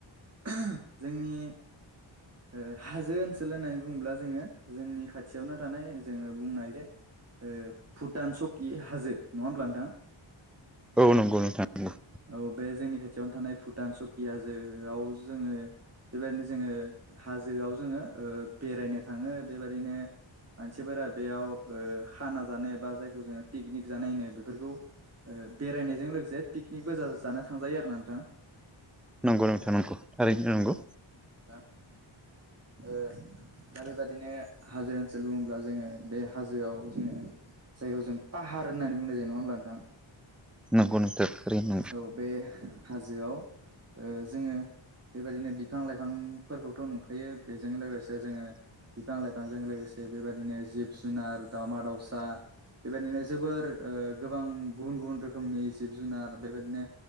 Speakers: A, on the right; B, in the centre.
A: <unintelligible> जोंनि ओ हाजो ओनसोल होननानै बुङोब्ला जोङो जोंनि खाथियावनो थानाय जोङो बुंनाय जे ओ भुटान सकि हाजो नङा होमब्ला नोंथां?
B: औ नंगौ नोंथां नंगौ।
A: औ बे जोंनि खाथियावनो थानाय भुटान सकि हाजो आव जोङो बेबायदिनो जोङो हाजो आव जोङो ओ बेरायनो थाङो बेबायदिनो मानसि फोरा बेयाव ओ खाना जानाय बा जायखौ जोङो पिकनिक जानाय होनो बेफोरखौ ओ बेराय नायजों लोगोसे पिकनिकबो ज जानो थांजायो आरो ना नोंथां।
B: नंगौ नोंथां नंगौ थारैनो नंगौ।
A: औ नोंथां। ओ दा बेबादिनो हाजो ओनसोल बुङोब्ला जोङो बे हाजोआव जोङो जायखौ जों पाहार हार होननानै बुंनाय जायो नङा होनोमब्ला नोंथां।
B: नंगौ नोंथां थारैनो
A: औ बे हाजोआव ओ जोङो बेबायदिनो बिफां लाइफां फोरखौथ' नुखायो बेजों लोगोसे जोङो बिफां लाइफांजों लोगोसे से बेबायदिनो जिब जुनार दाउमा दाउसा बेबायदिनो जोबोर ओ गोबां गुबुन गुबुन रोखोमनि जिब जुनार बेबायदिनो